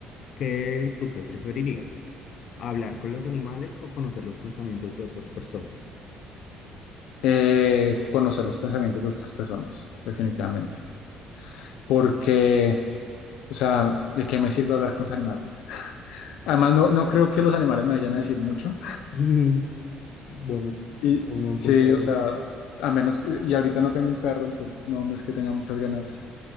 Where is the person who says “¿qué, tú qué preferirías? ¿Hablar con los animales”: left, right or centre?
Left